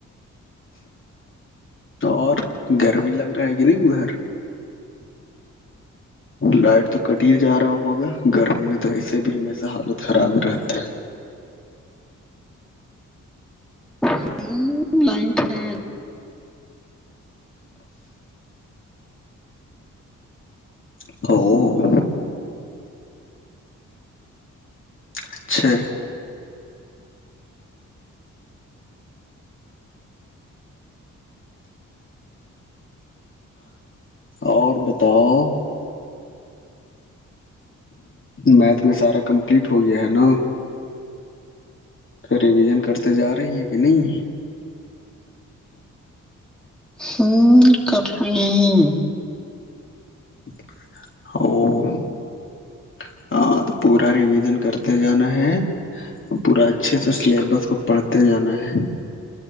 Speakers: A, on the left; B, in the centre.
A: اور گرمی لگ رہا ہے کہ نہیں ادھر لائٹ تو کٹیا جا رہا ہوگا گرمی میں تو ایسے بھی ہش حالت خراب رہتا ہے
B: ہ لائن تھ ہے
A: <unintelligible> اچھا اور بتاؤ میتھ میں سارا کمپلیٹ ہو گیا ہے نا پ ریویژن کرتے جا رہی ہیں کہ نہیں
B: ہ کاٹ نہیں
A: او ہاں تو پورا ریویژن کرتے جانا ہے پورا اچھے سے سلیبس کو پڑھتے جانا ہے